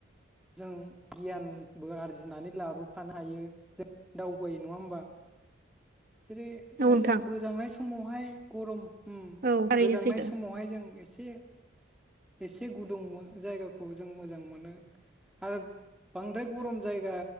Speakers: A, in the centre; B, on the right (about 45°).
A: जों गियान बो आरजिनानै लाबोफानो हायो जों दावबायो नङा होमबा। जेरै
B: औ नोंथां
A: जों गोजांनाय समावहाय गरम ओम
B: औ थारैनो
A: गोजांनाय
B: सैथो
A: समावहाय जों एसे एसे गुदुं जायगाखौ जों मोजां मोनो आरो बांद्राय गरम जायगा